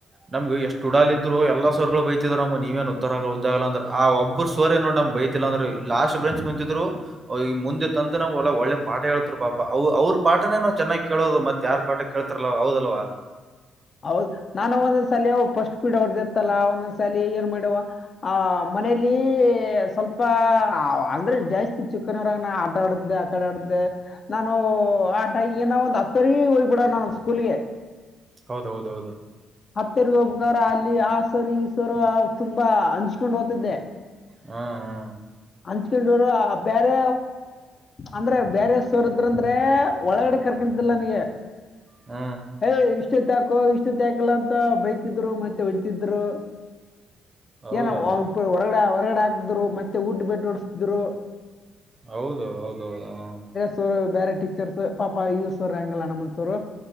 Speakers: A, on the right (about 30°); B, on the left (about 40°).
A: ನಮ್ಗೆ ಎಷ್ಟ ಉಡಾಲ ಇದರು ಎಲ್ಲ ಸರ್ ಗಳು ಬೈತಿದವರಮ್ಮ ನೀವೇನ್ ಉದರ ಆ ಉದ್ದಾಗಲ್ಲ ಅ್ರ ಆ ಒಬ್ರು ಸರ್ ನೋಡೇ ನಮ್ ಬೈ ಇಲ್ಲ ಅಂದ್ರೆ ಲಾಸ್ಟ್ ಬ್ರೆಂಚ್ ಕುಂತಿದ್ರು ಈ ಮುಂದೆ ತಂದ ನಾವ್ ಒಳ್ಳ ಒಳ್ಳೆ ಪಾಠ ಹೇಳ್ತರು ಪಾಪ ಅವ ಅವ್ರ ಪಾಠನೇನ ಚೆನ್ನಾಗ್ ಕೇಳೋದು ಮತ್ತ ಯಾರ್ ಪಾಠ ಕೇಳ್ತಾರಲ ಹೌದಲ್ವಾ.
B: ಹೌದ್ ನಾನು ಒಂದೊಂದ್ ಸಲಿ ಅವ ಫಸ್ಟ್ ಪೀಡ್ ಅವ್ರ್ದ ಇತ್ತಲಲ್ಲ ಒಂದೊಂದ್ ಸಲಿ ಏನ್ ಮಾಡ್ಯವ. ಆ ಮನೇಲಿ ಸ್ವಲ್ಪ ಅಂದ್ರೆ ಜಾಸ್ತಿ ಚುಕ್ಕ ಕ್ಕನವರಾಗ ನಾ ಆಟ ಆಡ್ದೆ ಆ ಕಡೆ ಆಡ್ದೆ ನಾನು ಆಟ ನ ಏನ ಒಂದು ಹತ್ತರಿಗೆ ಹೋಗ್ ಬಿಡ ನಾನು ಸ್ಕೂಲ್ಗೆ
A: ಹೌದೌದೌದು
B: ಹತ್ತೆರಿಗ ಒಬ್ಬಕಾರ ಅಲ್ಲಿ ಆ ಸರು ಈ ಸರು ತುಂಬಾ ಹಂಚ್ಕೊಂಡು ಹೋಗ್ತಿದ್ದೆ
A: ಹಾ ಹಾ
B: ಹಂಚ್ಕೊಂಡವರು ಬೇರೆ ಅಂದ್ರೆ ಬೇರೆಸರ ಇದ್ರಂದ್ರೆ ಒಳಗಡೆ ಕರ್ಕಂತಿಲ್ಲ ನನಗೆ
A: ಹ್ಮ
B: ಯ್ ಇಷ್ಟುತಕೋ ಇಷ್ಟುತಕಲ್ಲ ಅಂತ ಬೈತಿದ್ರು ಮತ್ತೆ ಹೊಡ್ತಿದ್ರು
A: ಹೌದಾ
B: ಏನ ಹೊರಗಡೆ ಹೊರಗಡೆ ಹಾಕ್ದ್ರು ಮತ್ತೆ ಊಟ ಬೆಟ್ಟ ಹೊಡಸಿದ್ರು
A: ಹೌದು ಹೌದೌದು ಹ
B: ಸರ್ ಬೇರೆ ಟೀಚರ್ಸ್ ಪಪ ಯೂ ಸರ್ಂಗಲ್ಲ ನಮನ್ ಸೋರು